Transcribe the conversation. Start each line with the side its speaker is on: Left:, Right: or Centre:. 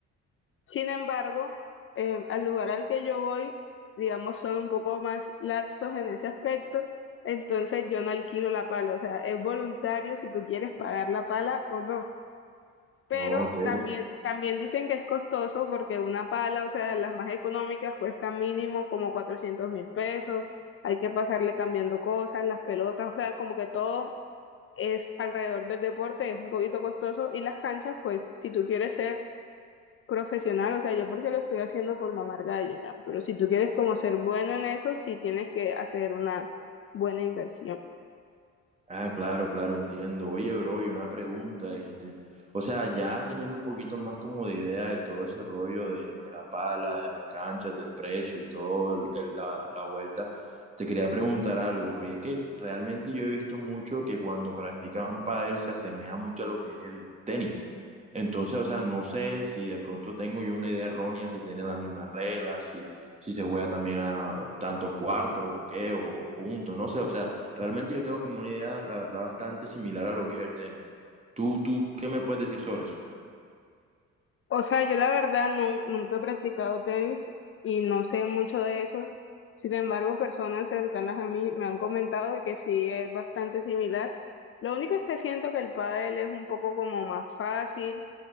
Left: Sin embargo, eh, al lugar al que yo voy, digamos, son un poco más laxos en ese aspecto, entonces yo no alquilo la pala, o sea, es voluntario si tú quieres pagar la pala o no. Pero
Right: Ok,
Left: también, también dicen que es costoso porque una pala, o sea, las más económicas cuesta mínimo como cuatrocientos mil pesos, hay que pasarle cambiando cosas, las pelotas, o sea, como que todo es alrededor del deporte, es un poquito costoso y las canchas, pues si tú quieres ser profesional, o sea, yo porque lo estoy haciendo por mamar gallo, ya. Pero si tú quieres como ser bueno en eso, sí tienes que hacer una buena inversión.
Right: Ah, claro, claro, entiendo. Oye, bro, y una pregunta, este, o sea, ya teniendo un poquito más como de idea de todo ese rollo de, de la pala, de las canchas, del precio y todo el- el- la, la vuelta, te quería preguntar algo, porque es que realmente yo he visto mucho que cuando practican pádel se asemeja mucho a lo que es el tenis. Entonces, o sea, no sé si de pronto tengo yo una idea errónea, si tienen las mismas reglas, si, si se juega también a tantos cuartos o qué, o o puntos, no sé, o sea. Realmente yo tengo como una idea, la verdad, bastante similar a lo que es el tenis. ¿Tú, tú qué me puedes decir sobre eso?
Left: O sea, yo la verdad no, nunca he practicado tenis y no sé mucho de eso. Sin embargo, personas cercanas a mí me han comentado que sí es bastante similar. Lo único es que siento que el pádel es un poco como más fácil